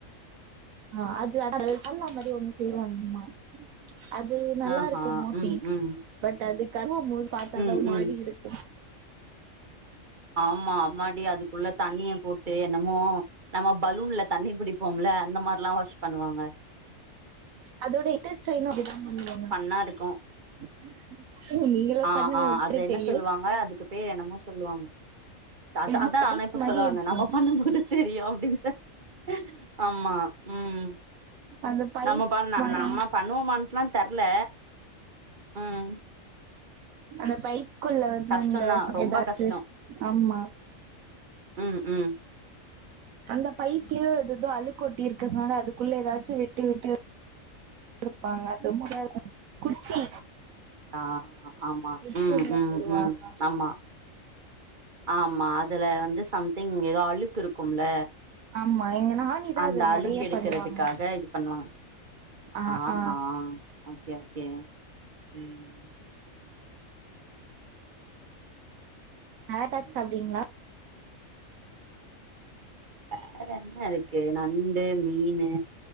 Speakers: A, on the right (about 80°); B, on the right (about 35°).
A: ஆ அது சால்னா மாரி ஒன்னு செய்வாங் எங்க அம்மா அது நல்லா
B: ஆஹா
A: இருக்கு மோட்டி
B: ம் ம்
A: பட் அது கழுவும் போது பாத்தாதா
B: ம்
A: ஒரு மாரி
B: ம்
A: இருக்கு
B: ஆமா அம்மாடி அதுக்குள்ள தண்ணிய போட்டு என்னமோ நம்ம பலூன்ல தண்ணி புடிப்போம்ல அந்த மாரில்லா வாஷ் பண்ணுவாங்க
A: அதோட இட்டஸ்ட்டைனு அப்டிதா பண்ணுவாங்க
B: நன்னாருக்கு
A: <inaudible> நீங்களு
B: ஆ
A: பண்ணுங்க
B: ஆ
A: ஒத்தர
B: அது என்ன
A: தெரியு
B: சொல்லுவாங்க அதுக்கு பேர் என்னமோ சொல்லுவாங்க அத
A: ஏதோ
B: அதா
A: பைப்
B: நானு இப்ப
A: மாரி
B: சொல்ல வந்தே
A: இருக்கு
B: நம்ம பண்ணும்போது தெரியு அப்டின்னு சொல்லி ஆமா ம்
A: அந்த பைப்
B: நம்ம பண்
A: மாரி
B: நம்ம பண்ணுவோமான்ட்லாத் தெர்ல ம்
A: அந்த பைத் குள்ள வந்த
B: கஷ்டந்தா
A: அந்த
B: ரொம்ப
A: ஏதாச்சு
B: கஷ்டோ
A: ஆமா
B: ம் ம்
A: அந்த பைப்லயோ எததோ அழுக்கொட்டி இருக்குதுனால அதுக்குள்ள ஏதாச்சு விட்டு விட்டு குடுப்பாங்க அது <unintelligible> குச்சி
B: ஆ ஆமா
A: குச்சி
B: ம்
A: உள்ள
B: ம்
A: போடுவாங்க
B: ம் ஆமா ஆமா அதுல வந்து சம்திங் ஏதோ அழுக்கு இருக்கும்ல
A: ஆமா எங்க நாணிதா
B: அந்த
A: அத
B: அழுக்கு
A: நெறைய
B: எடுக்கறதுக்காக
A: பண்ணுவாங்க
B: இது பண்ணுவாங்க
A: ஆ
B: ஆஹா
A: ஆ
B: ஓகே ஓகே ம்
A: வேற எதாச்சு சாப்டுவீங்ளா
B: வேற என்ன இருக்கு நண்டு மீனு